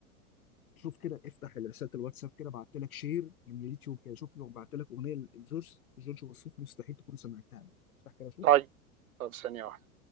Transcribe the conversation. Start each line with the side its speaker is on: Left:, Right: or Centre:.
Left: شوف كده افتح رساله الواتساب كده بعت لك شير من اليوتيوب كده شوف لو بعت لك اغنيه لجورج جورج وسوف مستحيل تكون سمعتها افتح كده شوف
Right: طيب طب ثانيه واحدة.